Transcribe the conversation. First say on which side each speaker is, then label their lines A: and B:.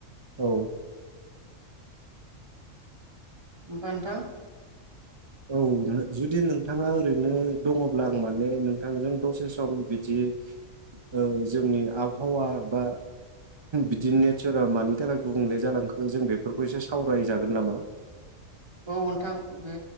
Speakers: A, on the right (about 35°); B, on the right (about 20°).
A: औ
B: ओमफाय नोंथां
A: औ जुदि नोंथाङा ओरैनो दङब्ला आं माने नोंथांजों दसे सम बिदि ओ जोंनि आबहावा बा बिदि नेचारा मानि थाखाय गुबुंले जालांखो जों बेफोरखौ एसे सावरायजागोन नामा?
B: औ नोंथां बे